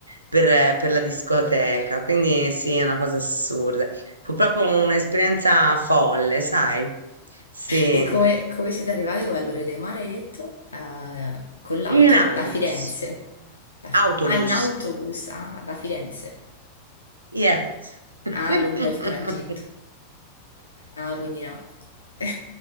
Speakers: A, on the right (about 85°); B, on the left (about 80°).
A: per, eh, per la discoteca, quindi sì, è una cosa assurda. Fu proprio un'esperienza folle, sai? Sì,
B: e come, come siete arrivati voi all'Ore dei Mar, hai detto? Ah, con l'auto?
A: in autobus,
B: Da Firenze? Da Fi-
A: autobus.
B: ah, in autobus, ah, da Firenze.
A: Yes. <laughs>
B: Ah, lungo il tragitto. Ah, quindi no. <laughs>